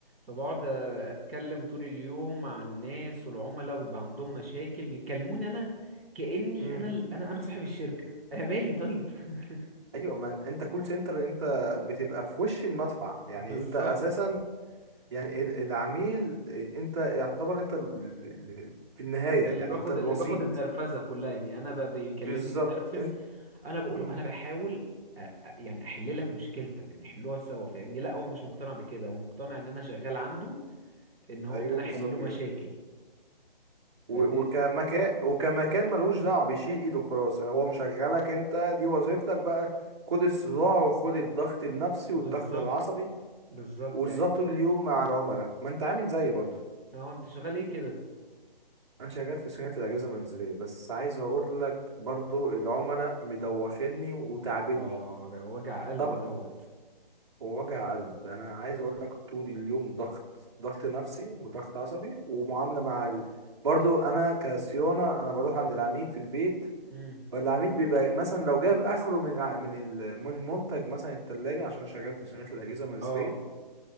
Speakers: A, in the centre; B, on the right.
A: فبقعد اتكلم طول اليوم مع الناس والعملاء وبيبقى عندهم مشاكل بيكلموني انا كأني
B: امم
A: انا ال- انا انا صاحب الشركة <laughs> انا مالي طيب <laughs>
B: ايوه ما انت كول سنتر انت بتبقى في وش المدفع يعني
A: بالظبط
B: انت اساسا يعني ال- العميل إيه، انت يعتبر انت ال- ال- ال- في النهاية
A: اللي
B: يعني
A: باخد
B: انت الوسيط
A: اللي باخد النرفزه كلها يعني انا ب- بيكلمني
B: بالظبط
A: متنرفز
B: انت
A: انا بقول
B: امم
A: له انا بحاول أ- أ- يعني احل لك مشكلتك نحلوها سوا فاهمني لا هو مش مقتنع بكده هو مقتنع ان انا شغال عنده ان هو
B: ايوه
A: ان انا
B: بالظبط
A: احل له مشاكل
B: كده
A: فاهمني
B: و- وكمكان وكمكان ملوش دعوة بيشيل ايده خلاص يعني هو مشغلك انت دي وظيفتك بقى خد الصداع وخد الضغط النفسي
A: بالظبط
B: والضغط العصبي
A: بالظبط
B: وصداع
A: يعني انت
B: طول اليوم مع العملاء ما انت عامل زيي برضو
A: هو انت شغال ايه كده
B: انا شغال في صيانه الاجهزه المنزليه بس عايز اقول لك برضو العملاء مدوخني وتعبني
A: اه ده وجع قلب
B: طب
A: دوت
B: ووجع قلب انا عايز اقول لك طول اليوم ضغط ضغط نفسي وضغط عصبي ومعامله مع ال... برضو انا كصيانه انا بروح عند العميل في البيت
A: امم
B: فالعميل بيبقى مثلا لو جاب اخره من ع- من ال- من المنتج مثلا التلاجة عشان شغال في صيانه الاجهزه المنزليه
A: اه